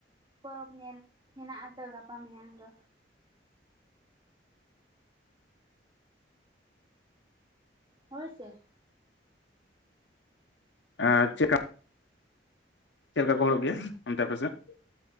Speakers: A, on the right (about 25°); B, on the left (about 70°).
A: ᱯᱚᱨᱚᱵᱽ ᱧᱮᱞ ᱦᱮᱱᱟᱜ-ᱟ ᱛᱚ ᱜᱟᱯᱟ ᱢᱮᱭᱟᱝ ᱫᱚ, ᱦᱳᱭ ᱥᱮ ᱾
B: ᱟᱨ ᱪᱮᱫᱠᱟ ᱪᱮᱫ ᱞᱮᱠᱟ ᱠᱚ ᱦᱚᱲᱜ ᱜᱮᱭᱟ ᱚᱱᱛᱮ ᱟᱯᱮᱥᱮᱫ?